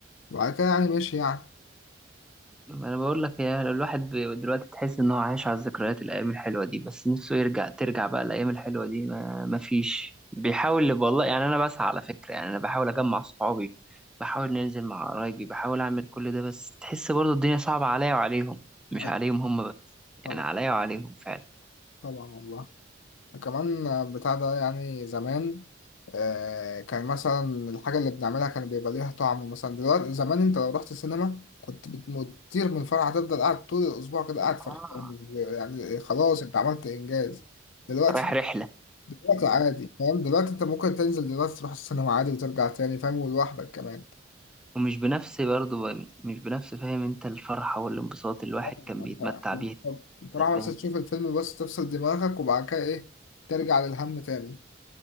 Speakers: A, on the left; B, in the centre.
A: وبعد كده يعني ماشي يعني
B: انا بقول لك يا لو الواحد بي- دلوقتي تحس ان هو عايش على الذكريات الايام الحلوه دي بس نفسه يرجع ترجع بقى الايام الحلوه دي ما ما فيش بيحاول والله يعني انا بسعى على فكره يعني انا بحاول اجمع صحابي بحاول ننزل مع قرايبي بحاول اعمل كل ده بس تحس برضه الدنيا صعبه عليا وعليهم مش
A: أي
B: عليهم هم بس
A: طبعا
B: يعني عليا وعليهم فعلا
A: طبعا والله كمان بتاع ده يعني زمان آه، كان مثلا الحاجة اللي بنعملها كان بيبقى ليها طعم مثلا دلوقتي زمان انت لو رحت السينما كنت بتطير من الفرحة هتفضل قاعد طول الأسبوع كده قاعد فرحان
B: آه.
A: يعني خلاص انت عملت إنجاز دلوقتي
B: رايح رحله
A: دلوقتي عادي فاهم دلوقتي انت ممكن تنزل دلوقتي تروح السينما عادي وترجع تاني فاهم ولوحدك كمان
B: ومش بنفس برضه مش بنفس فاهم انت الفرحه والانبساط اللي الواحد
A: آه،
B: كان
A: انت
B: بيتمتع بيها
A: انت رايح
B: كده فاهم
A: بس تشوف الفيلم بس تفصل دماغك وبعد كده ايه ترجع للهم تاني